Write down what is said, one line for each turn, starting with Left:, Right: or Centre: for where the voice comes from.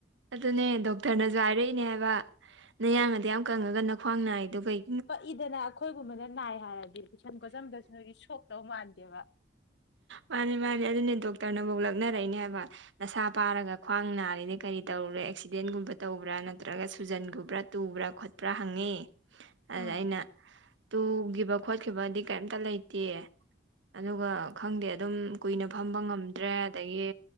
Right: ꯑꯗꯨꯅꯦ ꯗꯣꯛꯇꯔꯅꯁꯨ ꯍꯥꯏꯔꯛꯏꯅꯦ ꯍꯥꯏꯕ ꯅꯌꯥꯡꯅꯗꯤ ꯌꯥꯝ ꯀꯪꯉꯒꯅ ꯈ꯭ꯋꯥꯡ ꯅꯥꯏꯗꯨ ꯀꯩ
Left: ꯄꯛꯏꯗꯅ ꯑꯩꯈꯣꯏꯒꯨꯝꯕꯅ ꯅꯥꯏ ꯍꯥꯏꯔꯗꯤ ꯀꯨꯁꯝ ꯀꯣꯠꯁꯝꯗꯁꯨ ꯅꯗꯤ ꯁꯣꯛꯇꯧ ꯃꯥꯟꯗꯦꯕ
Right: ꯃꯥꯅꯦ ꯃꯥꯅꯦ ꯑꯗꯨꯅꯦ ꯗꯣꯛꯇꯔꯅꯐꯧ ꯂꯛꯅꯔꯛꯏꯅꯦ ꯍꯥꯏꯕ ꯅꯁꯥ ꯄꯥꯔꯒ ꯈ꯭ꯋꯥꯡ ꯅꯥꯔꯤꯅꯦ ꯀꯔꯤ ꯇꯧꯔꯨꯔꯦ ꯑꯦꯛꯁꯤꯗꯦꯟꯒꯨꯝꯕ ꯇꯧꯕ꯭ꯔꯥ ꯅꯠꯇ꯭ꯔꯒ ꯁꯨꯖꯟꯒꯨꯝꯕ꯭ꯔꯥ ꯇꯨꯕ꯭ꯔꯥ ꯈꯣꯠꯄ꯭ꯔꯥ ꯍꯪꯉꯤ ꯑꯗꯨꯗ
Left: ꯎꯝ
Right: ꯑꯩꯅ ꯇꯨꯈꯤꯕ ꯈꯣꯠꯈꯤꯕꯗꯤ ꯀꯩꯝꯇ ꯂꯩꯇꯦ ꯑꯗꯨꯒ ꯈꯪꯗꯦ ꯑꯗꯨꯝ ꯀꯨꯏꯅ ꯐꯝꯕ ꯉꯝꯗ꯭ꯔꯦ ꯑꯗꯒꯤ